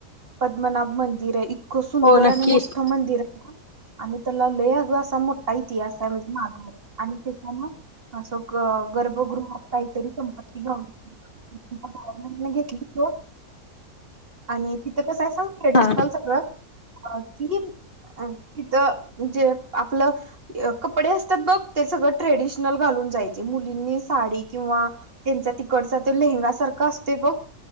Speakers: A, on the right; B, on the left.
A: पद्मनाभ मंदिर आहे इतकं सुंदर
B: हो नक्कीच
A: आणि मोठं मंदिर हाय आणि त्याला लई आग असा मोठा इत्यास हाय, म्हणजे माघार आणि त्याच्याना अस ग गर्भगृहात काहीतरी संपत्ती गावली गवर्मेंटने घेतली सोड आणि तीत कसाय सांग ट्रेडिशनल
B: हा
A: सगळं <unintelligible> तिथ जे आपलं कपडे असत्यात बघ ते सगळं ट्रॅडिश ऑपशन घालून जायची मुलींनी साडी किंवा त्यांचा तिकडचा तो लेहंगा सारखा असतोय बघ,